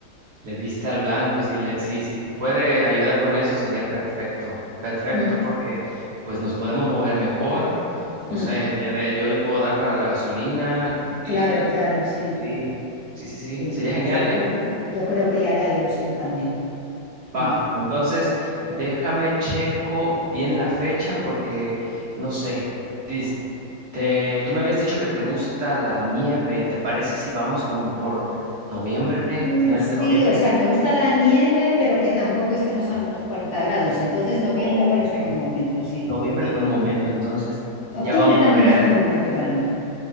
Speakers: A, on the right; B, on the left.
A: Le diste al blanco, si le, si, si te puede ayudar con eso sería perfecto, perfecto
B: Mm,
A: porque pues nos podemos mover mejor, no
B: mm.
A: sé, le, de- yo le puedo dar para la gasolina y
B: Claro, claro, sí,
A: sí, sí, sí, sí,
B: sí.
A: sería genial,
B: Seguro,
A: ¿eh?
B: yo creo que le hará ilusión también. Mm.
A: Va, entonces déjame checo bien la fecha porque no sé. dis- te- tú me habías dicho que te gusta la nieve. ¿Te parece si vamos como por noviembre,
B: Mm,
A: finales
B: Sí,
A: de noviembre?
B: o sea, me gusta la nieve, pero que tampoco estemos a menos 40 grados. Entonces, noviembre
A: Oh,
B: igual
A: ok.
B: es un buen momento, sí.
A: Noviembre
B: Sí.
A: es buen momento, entonces
B: Octubre
A: ya vamos
B: también
A: a ver.
B: es buen momento para mí.